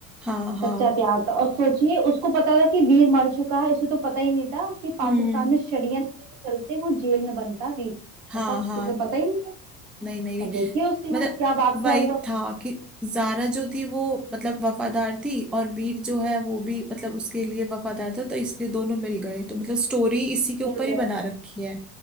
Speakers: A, in the centre; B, on the right (about 60°).
A: हाँ हाँ
B: सच्चा प्यार था और सोचिए उसको पता था कि वीर मर चुका है उसे तो पता ही नहीं था कि पाकिस्तान
A: हम्म
B: में षड्यंत्र के चलते वो जेल में बंद था वीर
A: हाँ
B: ऐसा
A: हाँ
B: उसे पता ही नहीं था
A: नहीं नहीं नहीं
B: और देखिए उसके
A: मतलब
B: बाद क्या वाकया
A: वही
B: हुआ
A: था कि जारा जो थी वो मतलब वफादार थी और वीर जो है वो भी मतलब उसके लिए वफादार था तो इसलिए दोनों मिल गए तो मतलब स्टोरी इसी के ऊपर
B: मिल
A: ही
B: गए
A: बना रखी है